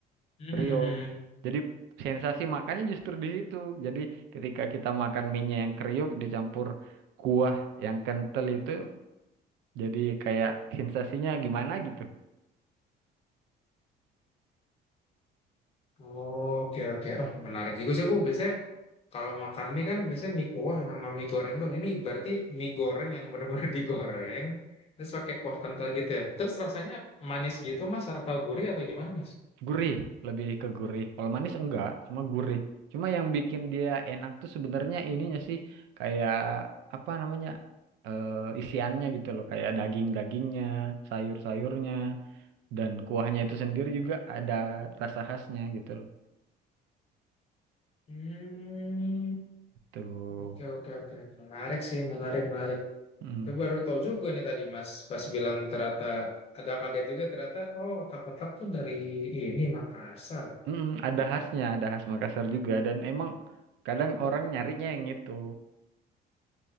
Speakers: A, on the left; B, on the right.
A: Mhm.
B: kriuk. Jadi sensasi makannya justru di situ. Jadi ketika kita makan mie yang kriuk dicampur kuah yang kental itu jadi kayak sensasinya gimana gitu.
A: Oh, Oke oke. Oh menarik juga sih. Aku biasanya kalau makan mie kan biasanya mie kuah sama mie goreng dong. Ini berarti mie goreng yang benar-benar <laughs> digoreng terus pakai kuah kental gitu ya. Terus rasanya manis gitu Mas atau gurih atau gimana Mas?
B: Gurih, lebih ke gurih. Kalau manis enggak, cuma gurih. Cuma yang bikin dia enak tuh sebenarnya ininya sih kayak apa namanya? eh, isiannya gitu loh, kayak daging-dagingnya, sayur-sayurnya, dan kuahnya itu sendiri juga ada rasa khasnya gitu loh.
A: Hmm.
B: Tuh.
A: Oke oke oke. Menarik sih menarik menarik.
B: Mm.
A: Itu baru tahu juga nih tadi Mas pas bilang ternyata agak kaget juga ternyata oh otak-otak tuh dari ini Makassar.
B: Mm-mm, ada khasnya, ada khas Makassar juga dan emang kadang orang nyarinya yang itu.